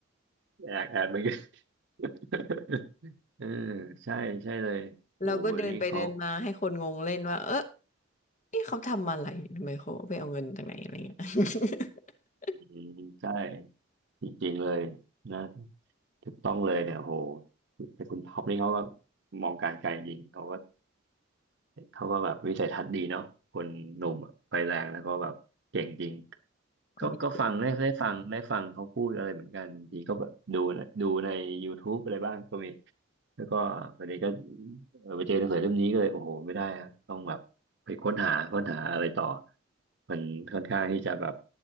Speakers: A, on the right (about 60°); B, on the left (about 35°).
A: อยากแอบเหมือนกัน <laughs> เออใช่ใช่เลยโหนี่เขา
B: แล้วก็เดินไปเดินมาให้คนงงเล่นว่าเออนี่เขาทำอะไรทำไมเขาไปเอาเงินจากไหนอะไรเงี้ย <laughs>
A: อืมใช่จริงๆเลยนะถูกต้องเลยเนี่ยโหแต่คุณท็อปนี่เขาก็มองการไกลจริงเขาก็ เขาก็แบบวิสัยทัศน์ดีเนาะคนหนุ่มอะไฟแรงแล้วก็แบบเก่งจริง
B: คนนี้เก่ง
A: ก็ก็ฟังได้ได้ฟังได้ฟังเขาพูดอะไรเหมือนกันทีก็แบบดูนะดูใน YouTube อะไรบ้างก็มีแล้วก็วันนี้ก็เออไปเจอหนังสือเล่มนี้ก็เลยโอ้โหไม่ได้อะต้องแบบไปค้นหาค้นหาอะไรต่อมันค่อนข้างที่จะแบบ